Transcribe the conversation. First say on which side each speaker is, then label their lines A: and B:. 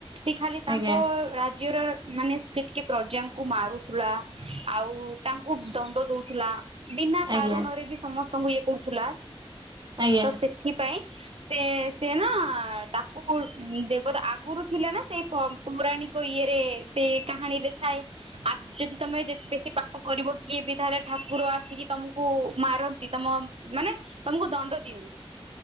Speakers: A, on the right (about 65°); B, on the right (about 45°).
A: ସେ ଖାଲି ତାଙ୍କ
B: ଆଜ୍ଞା
A: ରାଜ୍ୟର ମାନେ ସେ ଟିକେ ପ୍ରଜାଙ୍କୁ ମାରୁଥିଲା ଆଉ ତାଙ୍କୁ ଦଣ୍ଡ ଦଉଥିଲା। ବିନା
B: ଆଜ୍ଞା
A: କାରଣରେ ବି ସମସ୍ତଙ୍କୁ ଇଏ କରୁଥିଲା
B: ଆଜ୍ଞା
A: ତ ସେଥିପାଇଁ ସେ ସେ ନା ତାକୁ ଦେବତା ଆଗରୁ ଥିଲେ ନା ସେ ପ ପୌରାଣିକ ଇଏରେ ସେଇ କାହାଣୀ ରେ ଥାଏ ଆ ଯଦି ତମେ ଯେ ବେଶୀ କରିବ କିଏ ବି ତାହେଲେ ଠାକୁର ଆସିକି ତମକୁ ମାରନ୍ତି ତମ ମାନେ ତମକୁ ଦଣ୍ଡ ଦିଅନ୍ତି